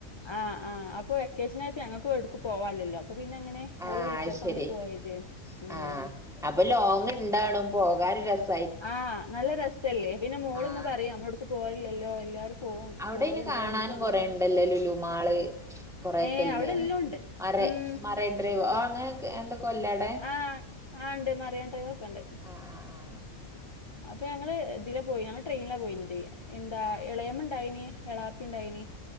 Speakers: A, on the left; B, in the centre.
A: ആഹ് ആഹ് അപ്പൊ വെക്കേഷൻ ആയിപ്പ ഞങ്ങക്ക് എവ്ടുക്കു പോവാലല്ലോ. അപ്പ പിന്നെ അങ്ങനെ
B: ആഹ്
A: ഓള് വിളിച്ചെപ്പ
B: അത് ശരി
A: അങ്ങനെ പോയതേനു ഉം
B: ആഹ് അപ്പൊ ലോങ് ഇണ്ടാണും പോകാൻ രസ്
A: ആഹ് നല്ല രസല്ലേ. പിന്നെ മോള്
B: ആഹ്
A: ഇങ്ങെ പറിം നമ്മളൊട്ക്കു പോവൽല്ലല്ലോ എല്ലാരും പോവും
B: അവിടെ
A: പോവലുണ്ട്
B: അയ്ൻ നെ കാണാനും
A: അങ്ങനെ പറഞ്ഞു
B: കൊറേണ്ടല്ലോ ലുലുമാള് കൊറെക്കെ
A: ഏഹ്
B: ഇല്ലേ.
A: അവിടെ എല്ലാം ഉണ്ട്
B: മറേ
A: ഉം
B: മറേ ഡ്രൈവോ അങ്ങനെ എന്തൊക്കെ ഇല്ലടെ
A: ആഹ് ആഹ്ഇണ്ട് മറ്യേൻ ഡ്രൈവൊക്കെ ഇണ്ട്.
B: ആഹ് ആഹ്
A: അപ്പൊ ഞങ്ങള് ഇതില പോയി. ഞങ്ങ ട്രെയിനില പോയിന്യേത് എന്താ
B: ആഹ് ആഹ്
A: എളേമ ഇണ്ടായിനി. എളാപ്പി ഇ ണ്ടായിനീ